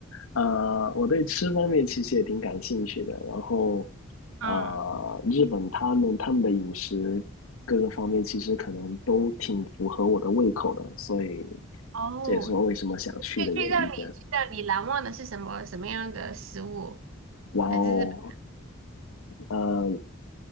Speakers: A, on the left; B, on the right.
A: 呃，我对吃方面其实也挺感兴趣的。然后，
B: 嗯，
A: 呃，日本他们他们的饮食各个方面其实可能都挺符合我的胃口的，所以
B: 哦，
A: 这也是我为什么想去的原因。
B: 最最让你最让你难忘的是什么什么样的食物？
A: 哇哦，
B: 来自日本
A: 呃